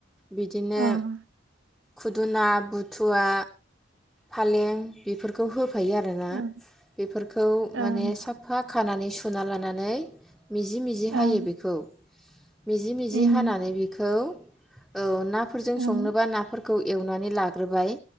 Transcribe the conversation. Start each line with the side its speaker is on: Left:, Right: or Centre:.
Centre: बिदिनो
Right: अ ओं
Centre: खुदुना बुथुवा फालें बेफोरखौ होफायो आरोना
Right: ओं
Centre: बेफोरखौ
Right: ओं
Centre: माने साफा खानानै सुना लानानै मिजि मिजि
Right: ओं
Centre: हायो बेखौ मिजि मिजि
Right: उम
Centre: हानानै बेखौ औ नाफोरजों
Right: ओं
Centre: संनोबा नाफोर खौ एवनानै लाग्रोबाय